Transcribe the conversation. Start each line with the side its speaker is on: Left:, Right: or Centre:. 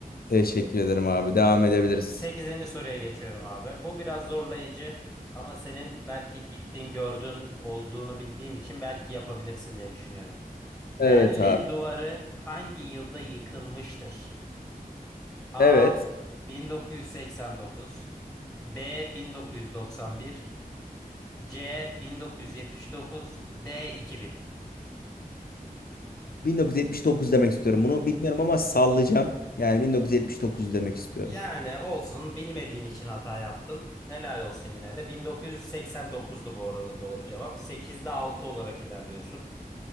Left: Teşekkür ederim abi. Devam edebiliriz.
Centre: Sekizinci soruya geçiyorum abi. Bu biraz zorlayıcı ama senin belki gittin gördün olduğunu bildiğim için belki yapabilirsin diye düşünüyorum. Berlin
Left: Evet abi.
Centre: Duvarı hangi yılda yıkılmıştır? A
Left: Evet.
Centre: 1989 B 1991, C 1979, D 2000.
Left: 1979 demek istiyorum. Bunu bilmiyorum ama sallayacağım. Yani 1979 demek istiyorum.
Centre: Yani olsun bilmediğin için hata yaptın. Helal olsun yine de. 1989'du bu arada doğru cevap. 8'de 6 olarak ilerliyorsun.